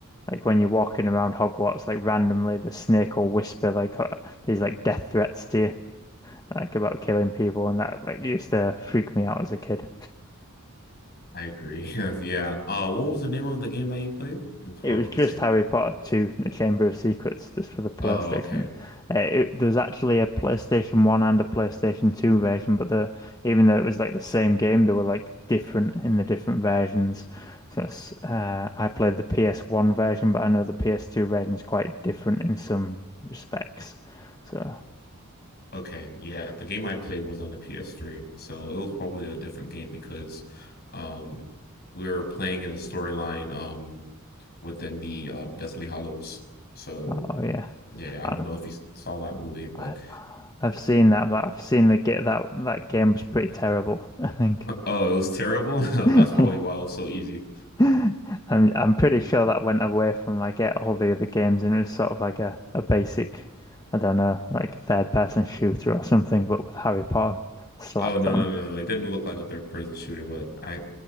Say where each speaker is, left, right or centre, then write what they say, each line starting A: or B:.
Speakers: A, on the left; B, on the left.
A: like when you're walking around Hogwarts, like randomly the snake will whisper like uh, these like death threats to you, like about killing people, and that like used to freak me out as a kid.
B: I agree. <laughs> Yeah. Uh, what was the name of the game that you played? It's probably
A: It was just
B: the same.
A: Harry Potter 2, The Chamber of Secrets, just for the PlayStation.
B: Oh, okay.
A: Uh, it, there's actually a PlayStation 1 and a PlayStation 2 version, but the even though it was like the same game, they were like different in the different versions. So it's, uh, I played the PS1 version, but I know the PS2 version is quite different in some respects. So
B: Okay. Yeah, the game I played was on the PS3, so it was probably a different game because um we were playing in a storyline um within the um Deathly Hollows. So,
A: Oh yeah,
B: yeah,
A: I,
B: I don't know if you s- saw that movie, but
A: I I've seen that, but I've seen the get that that game was pretty terrible. I think.
B: Oh, it was terrible. <laughs> Oh,
A: <laughs>
B: That's probably why it was so easy.
A: Yeah. I'm I'm pretty sure that went away from like eh, all the other games, and it was sort of like a, a basic, I don't know, like third person shooter or something, but with Harry Potter slapped
B: Oh, no,
A: on.
B: no, no, no. It didn't look like a third person shooter, but I,